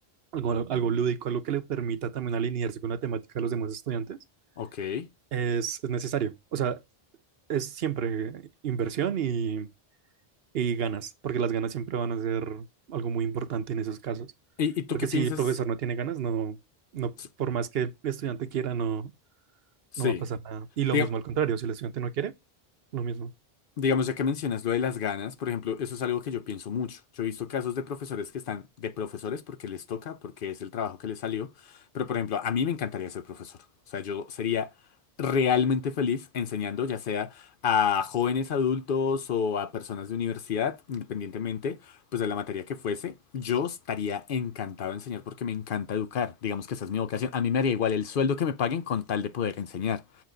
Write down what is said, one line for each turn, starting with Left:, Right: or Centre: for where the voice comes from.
Right: algo, algo lúdico, algo que le permita también alinearse con la temática de los demás estudiantes,
Left: Ok. ¿Y,
Right: es, es necesario. O sea, es siempre inversión y ganas, porque las ganas siempre van a ser algo muy importante en esos casos.
Left: y tú
Right: Porque
Left: qué
Right: si
Left: piensas?
Right: el profesor no tiene ganas, no, no,
Left: S-
Right: por más que el estudiante quiera, no,
Left: Sí.
Right: no va a pasar nada. Y lo
Left: Diga-
Right: mismo al contrario, si el estudiante no quiere, lo mismo.
Left: Digamos, ya que mencionas lo de las ganas, por ejemplo, eso es algo que yo pienso mucho. Yo he visto casos de profesores que están de profesores porque les toca, porque es el trabajo que les salió, pero por ejemplo, a mí me encantaría ser profesor. O sea, yo sería realmente feliz enseñando, ya sea a jóvenes adultos o a personas de universidad, independientemente, pues de la materia que fuese. Yo estaría encantado de enseñar porque me encanta educar. Digamos que esa es mi vocación. A mí me haría igual el sueldo que me paguen con tal de poder enseñar.